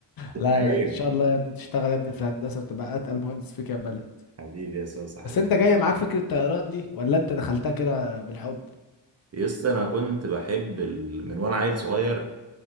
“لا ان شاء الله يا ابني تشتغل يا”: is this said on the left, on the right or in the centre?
Left